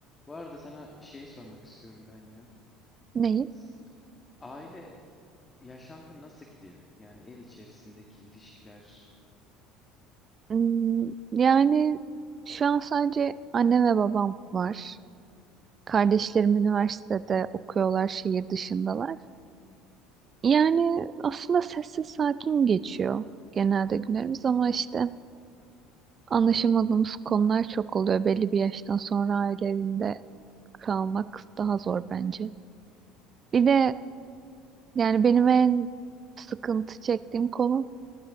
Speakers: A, on the left; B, on the right.
A: Bu arada sana şeyi sormak istiyorum ben ya.
B: Neyi?
A: S- Aile yaşantın nasıl gidiyor? Yani ev içerisindeki ilişkiler,
B: Hmm, yani şu an sadece annem ve babam var. Kardeşlerim üniversitede okuyorlar, şehir dışındalar. Yani aslında sessiz sakin geçiyor genelde günlerimiz ama işte anlaşamadığımız konular çok oluyor. Belli bir yaştan sonra aile evinde kalmak daha zor bence. Bir de e, yani benim en sıkıntı çektiğim konu